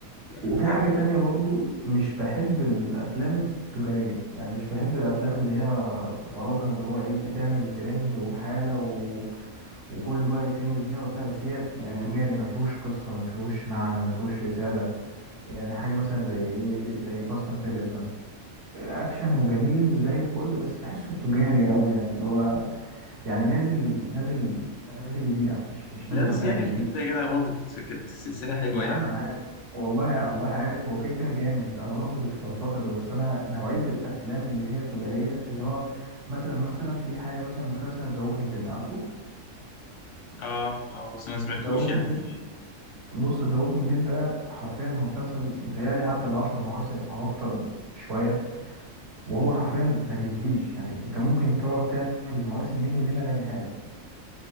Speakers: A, on the left (about 65°); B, on the right (about 55°).
A: يعني
B: وفي
A: يعني
B: حاجة
A: والله
B: تانية برضو مش بحب الأفلام التجارية يعني مش بحب الأفلام اللي هي غرضها اللي هو إيه بتعمل ترند وحالة و... وكله بقى يتهوس بيها وبتاع بس هي يعني
A: اه
B: تجاري ما فيهوش قصة ما فيهوش معنى ما فيهوش رسالة يعني حاجة مثلا زي إيه زي فاست أند فيريوس مثلا أكشن وجميل وزي الفل بس بحسه تجاري أوي يعني اللي هو يعني نازل نازل نازل يبيع مش مش
A: لا
B: نازل
A: بس
B: مثلا
A: يعني
B: يفيد
A: الفيلم ده يا جدع برضه كانت كانت سلسلة حلوة
B: يا عم
A: يعني
B: انا عارف والله الله عارف هو كده كده جامد انا برضو مش بنتقده بس انا نوعيه الافلام اللي هي التجاريه اللي هو مثلا مثلا في حاجه مثلا مسلسل ذا ووكينج ديد عارفه
A: اه اه بس ما سمعتوش
B: ذا ووكينج
A: يعني
B: ديد بص ذا ووكينج ديد ده حرفيا هو مسلسل متهيألي عدى العشر مواسم او اكتر شويه وهو حرفيا ما بينتهيش يعني انت ممكن تقعد تعمل مواسم منه لما لا نهايه